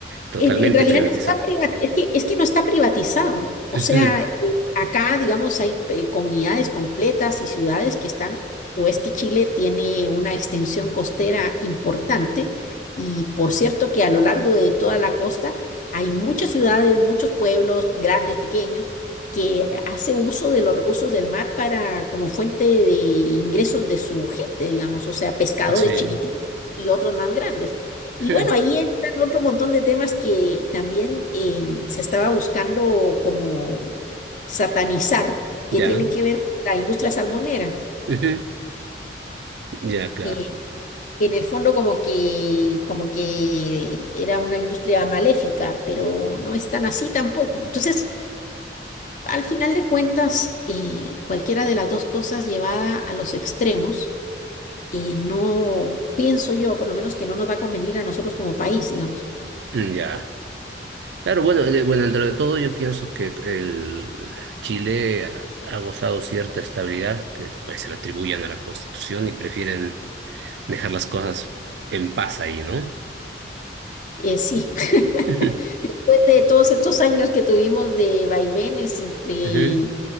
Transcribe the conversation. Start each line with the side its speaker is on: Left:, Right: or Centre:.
Right: totalmente
Left: En, en realidad
Right: privatizado.
Left: no está privati- es que, es que no está privatizado. O
Right: Ujú,
Left: sea, eh, acá, digamos, hay eh, comunidades completas y ciudades que están, o es que Chile tiene una extensión costera importante y por cierto que a lo largo de toda la costa hay muchas ciudades, muchos pueblos, grandes, pequeños, que hace uso de los recursos del mar para como fuente de ingresos de su gente, digamos, o sea, pescadores
Right: Sí,
Left: chiquititos y otros más grandes. Y
Right: ujú,
Left: bueno, ahí otro montón de temas que también em, se estaba buscando como satanizar, que
Right: ya,
Left: tiene que ver con la industria salmonera.
Right: ujú, ya, claro,
Left: Eh, en el fondo como que, como que era una industria maléfica, pero no es tan así tampoco. Entonces, al final de cuentas, eh, cualquiera de las dos cosas llevada a los extremos, eh, no pienso yo, por lo menos que no nos va a convenir a nosotros como país, digamos.
Right: mm, ya. Claro, bueno, de- bueno, dentro de todo yo pienso que el Chile ha, ha gozado cierta estabilidad que pues se le atribuyen a la Constitución y prefieren dejar las cosas en paz ahí, ¿no?
Left: Eh, sí. <laughs>
Right: Ujú,
Left: Después de todos estos años que tuvimos de vaivenes entre,
Right: ujú,